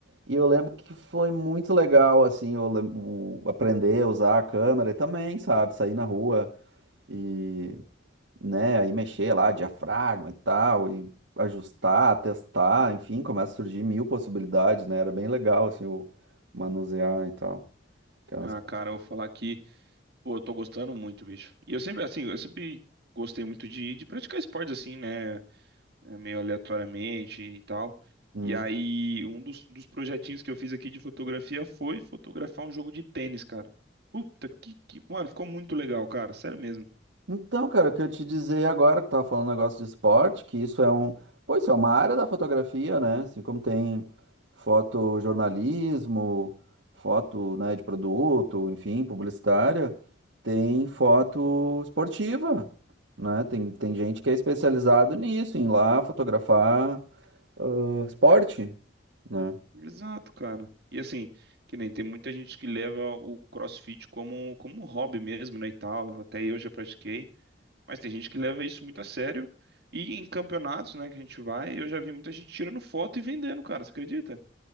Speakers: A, on the right; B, on the right.
A: E eu lembro que foi muito legal, assim, eu lem- o- aprender a usar a câmera e também, sabe, sair na rua e, né, aí mexer lá, diafragma e tal, e ajustar, testar, enfim, começa a surgir mil possibilidades, né, era bem legal, assim, o manusear e tal. Que eram
B: Ah,
A: as-
B: cara, eu vou falar que. Pô, eu tô gostando muito, bicho. E eu sempre, assim, eu sempre gostei muito de, de praticar esportes, assim, né? é, Meio aleatoriamente e tal.
A: hum.
B: E aí, um dos, dos projetinhos que eu fiz aqui de fotografia foi fotografar um jogo de tênis, cara. Puta, que, que... Mano, ficou muito legal, cara. Sério mesmo.
A: Então, cara, o que eu te dizer agora, que tu tava falando um negócio de esporte, que isso é um, pô, isso é uma área da fotografia, né? Assim como tem fotojornalismo, foto, né, de produto, enfim, publicitária, tem foto esportiva, né? Tem, tem gente que é especializado nisso, em ir lá fotografar, ah, esporte, né?
B: Exato, cara. E assim, que nem tem muita gente que leva o CrossFit como, como um hobby mesmo, né, e tal. Até eu já pratiquei. Mas tem gente que leva isso muito a sério. E em campeonatos, né, que a gente vai, eu já vi muita gente tirando foto e vendendo, cara. Você acredita?